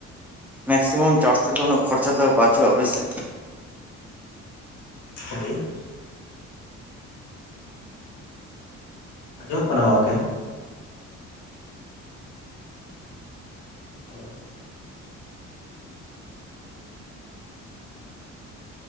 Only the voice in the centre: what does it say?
ᱢᱮᱠᱥᱤᱢᱟᱢ ᱪᱟᱥ ᱛᱮᱫᱚ ᱩᱱᱟᱹᱜ ᱠᱷᱚᱨᱪᱟ ᱫᱚ ᱵᱟᱪᱩᱜᱼᱟ ᱦᱳᱭ ᱥᱮ